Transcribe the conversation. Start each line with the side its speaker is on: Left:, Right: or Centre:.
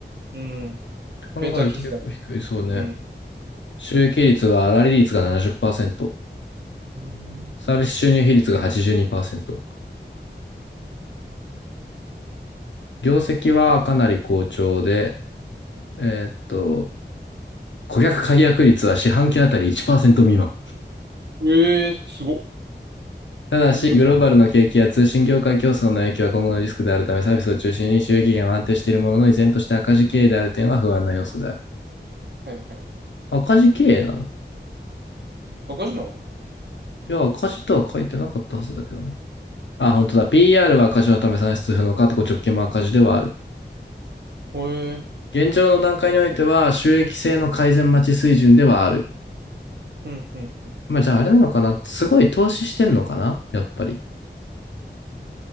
Right: うん。
Left: って考えると結構低いそうね。
Right: ベンチャー企業だから。うん。
Left: 収益率は粗利率が70%、
Right: うん
Left: サービス収入比率が82%、業績はかなり好調で、えーっと、顧客解約率は四半期あたり1%未満。
Right: ええー、すごっ。
Left: ただし、
Right: 手作りとか。
Left: グローバルの景気や通信業界競争の影響は今後のリスクであるため、サービスを中心に収益源は安定しているものの、依然として赤字経営である点は不安な要素である。
Right: はいはいはい。
Left: 赤字経営なの
Right: バカじなの
Left: いや、赤字とは書いてなかったはずだけどね。あ、本当だ。PR は赤字のため算出不能か、と直近も赤字ではある。
Right: へえ
Left: 現状の段階においては、収益性の改善待ち水準ではある。
Right: うんうんうん。
Left: まあ、じゃああれなのかなすごい投資してんのかなやっぱり。